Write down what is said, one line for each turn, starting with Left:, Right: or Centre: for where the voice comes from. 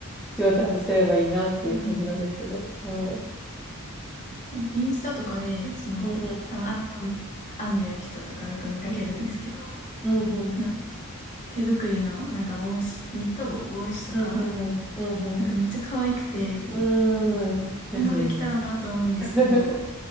Centre: 上達すればいいなっていう感じなんですけど。
Left: うん、
Centre: はい。
Left: インスタとかで、その、
Centre: うんうん。
Left: 多分編み物編んでる人とかよく見かけるんですけど、
Centre: うんうん。
Left: その手作りのなんか帽子、ニット帽、帽子とか、
Centre: うんうん。うんうん。うんうん。
Left: なんかめっちゃ可愛くて、
Centre: うんうん。
Left: これもできたらなと思うんですけど、
Centre: ですよね。<laughs>